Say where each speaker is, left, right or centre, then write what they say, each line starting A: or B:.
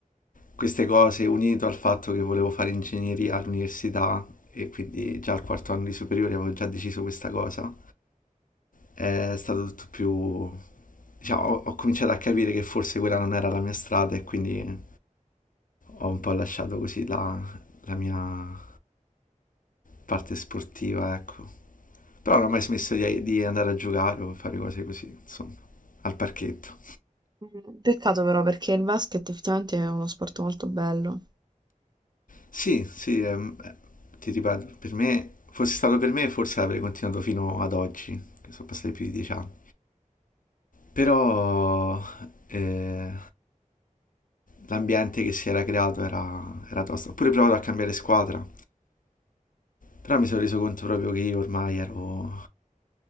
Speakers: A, on the left; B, on the right.
A: queste cose, unito al fatto che volevo fare ingegneria all'università e quindi già al quarto anno di superiore avevo già deciso questa cosa, è stato tutto più... diciamo, ho, ho cominciato a capire che forse quella non era la mia strada e quindi ho un po' lasciato così la, la mia parte sportiva, ecco. Però non ho mai smesso di, di andare a giocare o fare cose così, insomma, al parchetto.
B: Mm, Peccato però perché il basket effettivamente è uno sport molto bello.
A: Sì, sì, ehm, eh, ti ripeto, per me, fosse stato per me, forse avrei continuato fino ad oggi, che sono passati più di dieci anni. Però eh, l'ambiente che si era creato era, era tosto. Ho pure provato a cambiare squadra, però mi sono reso conto proprio che io ormai ero